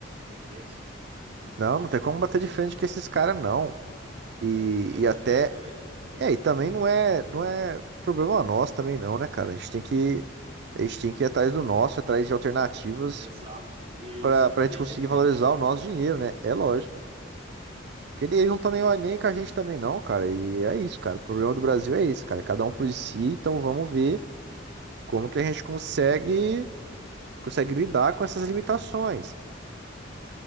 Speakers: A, on the right (about 30°); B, on the right (about 55°).
A: é imensa. muito
B: Não,
A: forte,
B: não tem como bater de frente com esses caras, não. E,
A: né? A evangélica
B: e até.
A: também.
B: É, e também não é, não é problema nosso também, não, né, cara? A gente tem que, a gente tem que ir atrás do nosso, atrás de alternativas
A: exato, e
B: pra,
A: se proteger,
B: pra gente conseguir valorizar
A: né?
B: o nosso dinheiro, né? É lógico. Porque eles não estão nem, nem com a gente também, não, cara. E é isso, cara. O problema do Brasil é esse, cara. Cada um por si, então vamos ver como que a gente consegue consegue lidar com essas limitações.